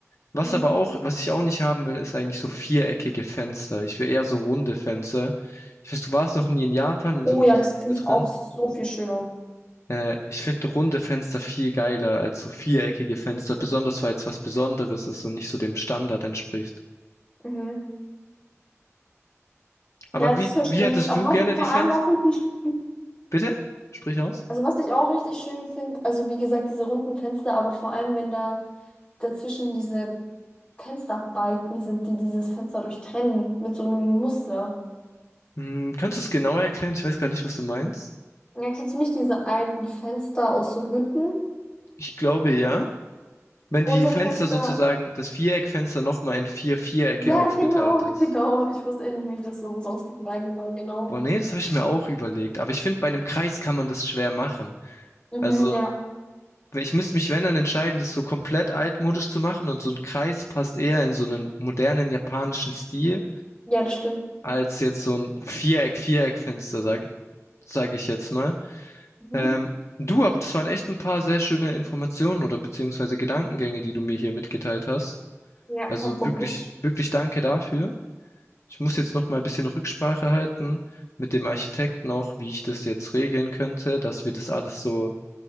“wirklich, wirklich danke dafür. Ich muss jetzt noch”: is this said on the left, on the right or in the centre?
Left